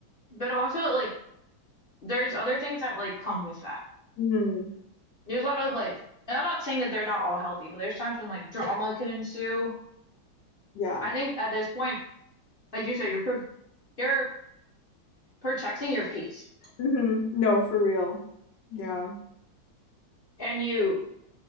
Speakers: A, on the left; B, on the left.
A: but also like there's other things that like come with that.
B: Mm,
A: There's a lot of like, and I'm not saying that they're not all healthy, but there's times when like drama can ensue.
B: yeah.
A: I think at this point, like you said, you're prov you're protecting your peace
B: hmm No, for real. Yeah.
A: and you